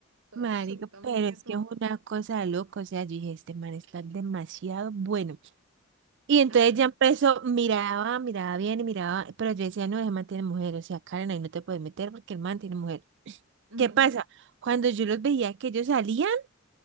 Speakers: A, on the right (about 80°); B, on the right (about 60°).
A: todo,
B: marica,
A: absolutamente
B: pero es
A: todo.
B: que es una cosa de loco. O sea, yo dije, este man está demasiado bueno. Y entonces
A: Ajá.
B: ya empezó, miraba, miraba bien y miraba, pero yo decía, no, ese man tiene mujer, o sea, Karen, ahí no te puedes meter porque el man tiene mujer.
A: ujú.
B: ¿Qué pasa? Cuando yo los veía que ellos salían,